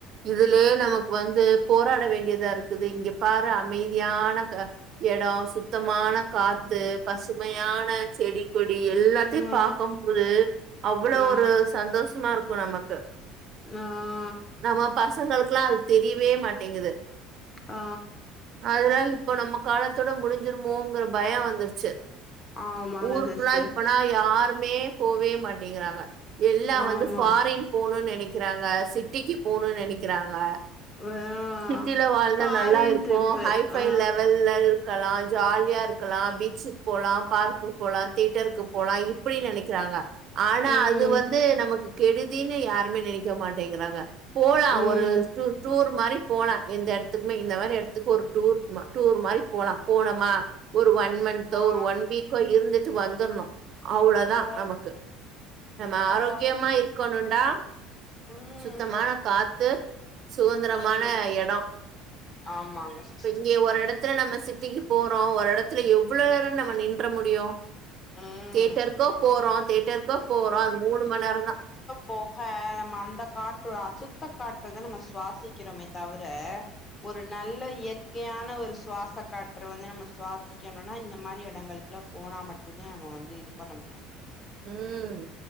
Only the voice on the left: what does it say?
ஆ
ஆ
ஆ
ஆ
ஆமாங்க
சிஸ்டர்
ஆமா
ஆ
ஃபாரின்
ட்ரிப்பு
ஆ
ம்
ம்
ஆ
ஆ
ஆ
ம்
ம்
ஆமாங்க சிஸ்டர்
ம்
போக நம்ம அந்த காற்று அசுத்த காற்றுதா நம்ம சுவாசிக்கிறோமே தவுர ஒரு நல்ல இயற்கையான ஒரு சுவாச காற்ற வந்து நம்ம சுவாசிக்கணுனா இந்த மாரி எடங்கள் க்லா போனா மட்டுந்தா நம்ம வந்து இது பண்ண முடியு